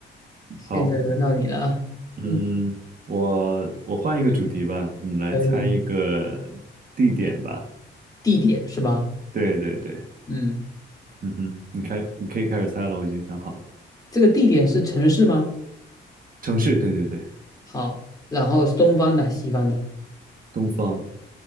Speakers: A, on the left; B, on the right.
A: 现在轮到你了啊嗯，
B: 好，嗯，我我换一个主题吧，你来猜一个地点吧。
A: 可以，地点是吧？
B: 对对对，
A: 嗯，
B: 嗯哼，你开，你可以开始猜了，我已经想好了。
A: 这个地点是城市吗？
B: 城市，对对对，
A: 好，然后是东方的，西方的，
B: 东方